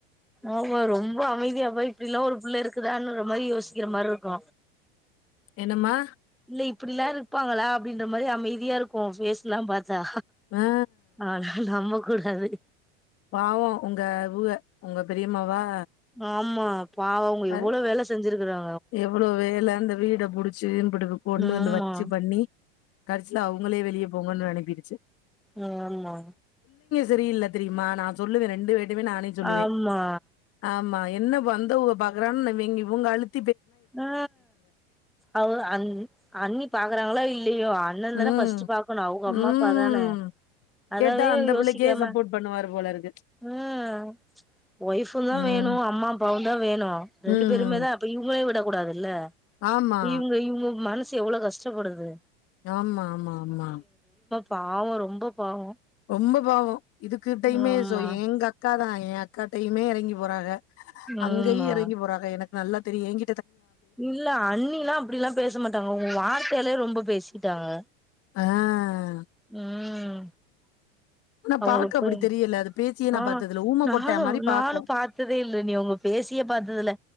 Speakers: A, in the centre; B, on the left.
A: ஆமா ரொம்ப அமைதியா போய் அப்டில்லா ஒரு புள்ள இருக்குதான்ற மாரி யோசிக்கிற மாரி இருக்கு
B: என்னம்மா
A: இல்ல இப்டில்லா இருப்பாங்களா அப்டின்ற மாரி அமைதியா இருக்கு ஃபேஸ்ல்லா பாத் தா
B: ஆ
A: ஆனா நமக் கூடாது
B: பாவோ ஒங்க இவுக ஒங்க பெரியம்மாவா
A: ஆமா பாவம் எவ்ளோ
B: அ
A: வேல செஞ்சிருக்குறா
B: எவ்ளோ வேல இந்த வீட புடிச்சு இம்புடு கொண்டு வந்து
A: ஆமா
B: வச்சு பண்ணி கடசில அவுங்களே வெளிய போங்குனு அனுப்பிட்டு
A: அ ஆமா
B: தெரியில தெரியுமா நா சொல்லுவே ரெண்டு பேர் திமே நானே சொல்லுவே
A: ஆமா
B: ஆமா என்ன வந்தவுங்க பாக்குரான் வீங் இவுங்க அழுத்
A: ஆ அவ அ அண்ணி பாக்குறாங்களோ இல்லையோ அண்ணந்தானே
B: ம்,
A: ஃபர்ஸ்ட் பாக்கனு அவங்க அம்மா
B: ம்.
A: அப்பாதான அதவே
B: கேட்டா அந்த
A: யோசிக்காம
B: பிள்ளைக்கே சப்போர்ட் பண்ணுவாரு போல இருக்கு.
A: ம் ஒய்ஃப்ந்தா
B: ம்,
A: வேணு அம்மா அப்பாவுந்தா வேணு ரெண்டு
B: ம்.
A: பேருமேதா அப்ப இவுங்க விட கூடாதுல்ல
B: ஆமா,
A: இவுங்க இவுங்க மனசு எவ்ளோ கஷ்டப்படுது
B: ஆமா ஆமா ஆமா
A: பாவ ரொம்ப பாவ
B: ரொம்ப பாவ இதுக்கிட்டயுமே
A: ஆமா
B: சோ எங்கக்காதா எ அக்காட்டயுமே எறங்கி போறாக அங்கயு
A: ஆமா
B: எறங்கி போறாக எனக் நல்லா தெரியு எங்
A: இல்ல அண்ணிலா அப்டிலா பேச மாட்டாங்க உங்க வார்த்தைலயே ரொம்ப பேசி ட்டாக
B: ஆ
A: ம்
B: ஆனா
A: அவங்களுக்கு
B: பாக்க அப்புடி
A: போய்
B: தெரியல அது பேசியே
A: ஆ
B: நா பாத்ததுல்ல ஊம
A: நானு
B: கொட்டா மரி பாக்கு
A: நானு பாத்ததே இல்ல நீ அவ்ங்க பேசிய பாத்ததுல